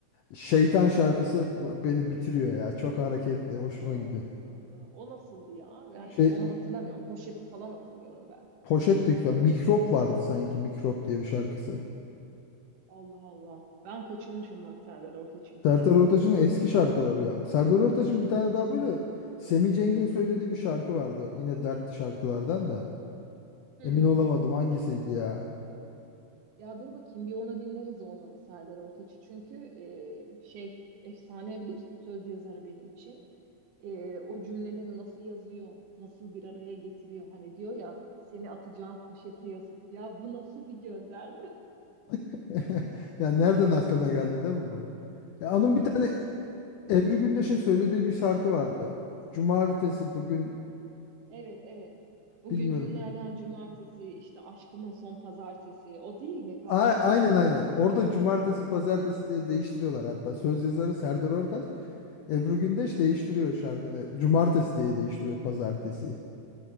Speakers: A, on the left (about 85°); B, on the right (about 75°).
A: Şeytan şarkısı beni bitiriyor ya. Çok hareketli. Hoşuma
B: o nasıldı?
A: gidiyor.
B: O nasıldı ya? Yani
A: Şey
B: onu hatırlamıyorum. Poşeti falan hatırlıyorum ben.
A: poşet de güzel. Mikrop vardı sanki. Mikrop diye bir şarkısı.
B: Allah Allah. Ben kaçırmışım bak Serdar Ortaç'ınkini.
A: Serdar Ortaç'ın eski şarkıları ya. Serdar Ortaç'ın bir tane daha böyle Semih Cengin söylediği bir şarkı vardı. Yine dertli şarkılardan da.
B: Hmm.
A: Emin olamadım hangisiydi ya.
B: Ya dur bakayım bir ona dinleriz olmadı Serdar Ortaç'ı. Çünkü e, şey efsane bir söz yazarı benim için. E, o cümleleri nasıl yazıyor, nasıl bir araya getiriyor. Hani diyor ya seni atacağım poşete yazık. Ya bu nasıl bir gönderme? <laughs>
A: <laughs> Ya nereden aklına geldi değil mi bu? Ya onun
B: Evet
A: bir tane
B: yani.
A: Ebru Gündeş'in söylediği bir şarkı vardı. Cumartesi bugün
B: Evet evet. Bugün
A: bilmiyorum.
B: günlerden cumartesi işte aşkımın son pazartesi. O değil mi? Kavga
A: A
B: etmişler
A: aynen aynen.
B: üstüne.
A: Orada cumartesi pazartesi diye değiştiriyorlar hatta. Söz yazarı Serdar Ortaç. Ebru Gündeş değiştiriyor şarkını. Cumartesi diye değiştiriyor pazartesiyi.